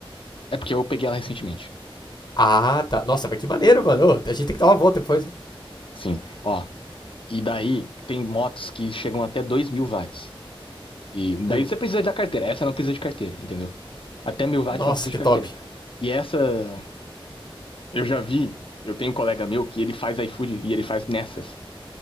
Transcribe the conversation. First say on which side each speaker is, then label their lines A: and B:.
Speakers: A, on the left; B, on the left.
A: é porque eu peguei ela recentemente.
B: Ah, tá. Nossa, mas que maneiro, mano. Ô, a gente tem que dar uma volta depois.
A: Sim, ó, E daí tem motos que chegam até dois mil watts. E
B: Hum.
A: daí você precisa da carteira. Essa não precisa de carteira, entendeu? Até mil watts
B: Nossa,
A: não precisa
B: que
A: de
B: top.
A: carteira. E essa, eu já vi. Eu tenho um colega meu que ele faz iFood e ele faz nessas.